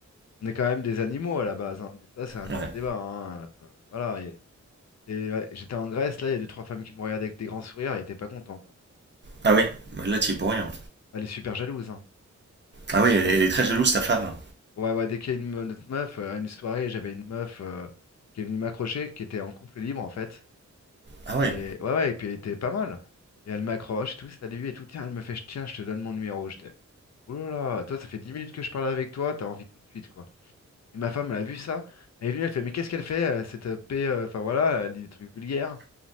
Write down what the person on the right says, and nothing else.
ouais.
Ah ouais, bah là, t'y es pour rien.
Ah ouais, elle, elle est très jalouse, ta femme.
Ah ouais,